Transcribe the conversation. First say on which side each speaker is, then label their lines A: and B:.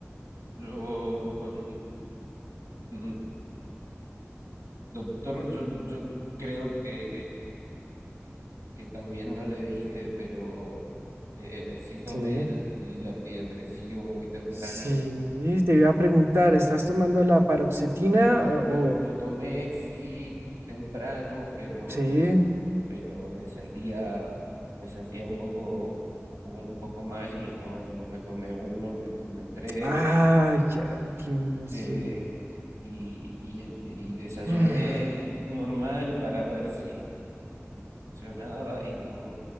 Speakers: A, on the right (about 85°); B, on the right (about 55°).
A: Yo, no, no, no, doctor, yo, yo creo que, que también no le dije, pero eh, sí tomé
B: Sí.
A: el, el antidepresivo muy temprano.
B: Sí, te iba a preguntar, ¿estás tomando la paroxetina
A: Lo,
B: ah,
A: lo,
B: o...?
A: lo tomé sí temprano, pero,
B: Sí.
A: pero me sentía, me sentía un poco, un poco mal y no, no me tomé uno, me tomé tres.
B: Ah, ya entiendo,
A: eh,
B: sí. <sighs>
A: y, y- y desayuné
B: Mm,
A: normal para ver si, si funcionaba y no, no,